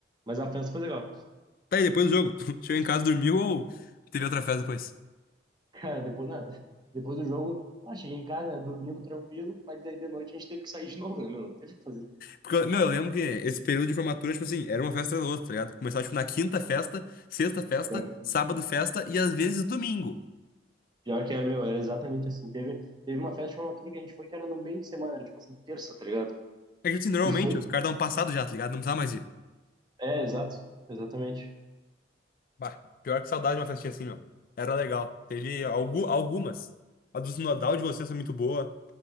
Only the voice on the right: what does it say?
Mas a festa foi legal.
Cara, depois, nada. Depois do jogo, ah, cheguei em casa, né, dormimos tranquilo, mas daí de noite a gente teve que sair de novo, né, meu? Não teve o que fazer.
Pior que
pior que era, meu, era exatamente assim. Teve, teve uma festa de formatura que a gente foi que era no meio de semana, era tipo assim, terça, tá ligado?
E foi
É, exato. Exatamente.